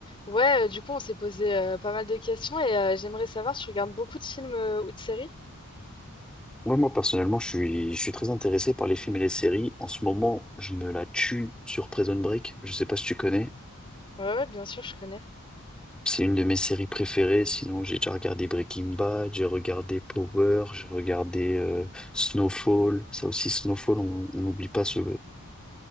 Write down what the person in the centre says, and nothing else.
Ouais, moi, personnellement, je suis, je suis très intéressé par les films et les séries. En ce moment, je me la tue sur Prison Break. Je sais pas si tu connais.
C'est une de mes séries préférées. Sinon, j'ai déjà regardé Breaking Bad, j'ai regardé Power, j'ai regardé euh, Snowfall. Ça aussi, Snowfall, on on n'oublie pas ce,